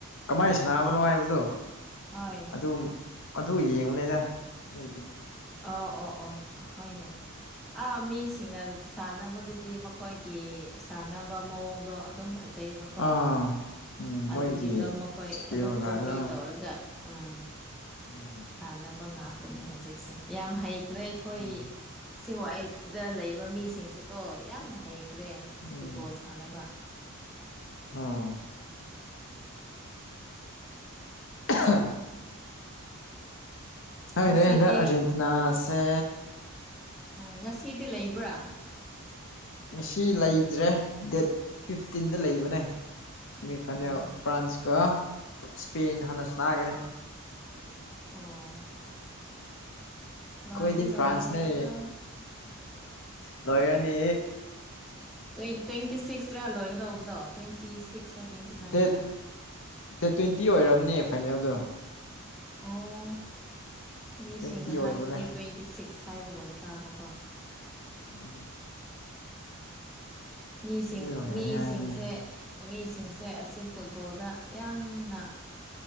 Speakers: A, on the left; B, in the centre.
A: ꯀꯃꯥꯏꯅ ꯁꯥꯟꯅꯕꯅꯣ ꯍꯥꯏꯕꯗꯣ
B: ꯍꯣꯏ
A: ꯑꯗꯨꯝ ꯑꯗꯨ ꯌꯦꯡꯉꯨꯅꯦꯗ ꯑꯩꯁꯦ
B: ꯑꯣ ꯑꯣ ꯑꯣ ꯍꯅꯦ ꯑꯥ ꯃꯤꯁꯤꯡꯅ ꯁꯥꯟꯅꯕꯗꯨꯗꯤ ꯃꯈꯣꯏꯒꯤ ꯁꯥꯟꯅꯕ ꯃꯑꯣꯡꯗꯣ ꯑꯗꯨꯝ ꯐꯖꯩꯕꯀꯣ
A: ꯑꯥ ꯎꯝ ꯃꯣꯏꯒꯤ
B: ꯑꯗꯨꯒꯤꯗꯣ ꯃꯈꯣꯏ
A: ꯏꯁꯀꯤꯜꯒꯗꯣ
B: ꯑꯗꯨꯝ ꯀꯣꯄꯤ ꯇꯧꯔꯒ ꯑꯥ
A: ꯎꯝ
B: ꯇꯥꯅꯕ ꯉꯥꯛꯇꯅꯦ ꯍꯧꯖꯤꯛꯁꯦ ꯌꯥꯝ ꯍꯩꯈ꯭ꯔꯦ ꯑꯩꯈꯣꯏ
A: ꯎꯝ
B: ꯁꯤꯦ ꯋꯥꯏꯗ ꯂꯩꯕ ꯃꯤꯁꯤꯡꯁꯤꯀꯣ ꯌꯥꯝꯅ ꯍꯩꯈ꯭ꯔꯦ
A: ꯎꯝ
B: ꯐꯨꯠꯕꯣꯜ ꯁꯥꯟꯅꯕ
A: ꯑꯥ ꯑ ꯍꯅꯦ
B: ꯉꯁꯤꯗꯤ
A: ꯑꯩ ꯍꯟꯗꯛ ꯑꯥꯔꯖꯦꯟꯇꯤꯅꯥꯁꯦ
B: ꯎꯝ ꯉꯁꯤꯗꯤ ꯂꯩꯕ꯭ꯔꯥ
A: ꯉ ꯂꯩꯇ꯭ꯔꯦ ꯗꯦꯠ ꯐꯤꯐꯇꯤꯟꯗ ꯂꯩꯕꯅꯦ ꯁꯤꯦꯃꯤ ꯐꯥꯏꯅꯦꯜ
B: ꯑꯣ
A: ꯐ꯭ꯔꯥꯟꯁꯀ ꯁ꯭ꯄꯦꯟ ꯍꯥꯟꯅ ꯁꯅꯒꯅꯦ
B: ꯑꯣ ꯂꯣꯏꯗꯤ
A: ꯀꯣꯏꯗꯤ
B: ꯂꯣꯏꯔꯅꯤꯀꯣ
A: ꯐ꯭ꯔꯥꯟꯁꯅꯦ ꯂꯣꯌꯔꯅꯤ
B: ꯇ꯭ ꯇ꯭ꯋꯦꯟꯇꯤ ꯁꯤꯛꯁꯇꯔꯥ ꯂꯣꯏꯒꯗꯧꯕꯗꯣ ꯇ꯭ꯋꯦꯟꯇꯤ ꯁꯤꯛꯁꯔꯥ ꯇ꯭ꯋꯦꯟꯇꯤ ꯅꯥꯏꯟꯔꯥ
A: ꯗꯦꯠ ꯗꯦꯠ ꯇ꯭ꯋꯦꯟꯇꯤ ꯑꯣꯏꯔꯕꯝꯅꯦ ꯐꯥꯏꯅꯦꯜꯗꯣ
B: ꯑꯣ ꯃꯤꯁꯤꯡꯅ
A: ꯇ꯭ꯋꯦꯟꯇꯤ ꯑꯣꯏꯕꯅꯦ
B: ꯍꯥꯏꯕꯗꯤ ꯇ꯭ꯋꯦꯟꯇꯤ ꯁꯤꯛꯁ ꯍꯥꯏꯕꯒꯨꯝ ꯇꯥꯕꯀꯣ
A: ꯑ
B: ꯃꯤꯁꯤꯡ
A: ꯂꯣꯏꯔꯅꯤ
B: ꯃꯤꯁꯤꯡꯁꯦ
A: ꯍꯥꯏꯕꯅꯦ
B: ꯃꯤꯁꯤꯡꯁꯦ ꯑꯁꯤ ꯐꯨꯠꯕꯣꯜꯗ ꯌꯥꯝꯅ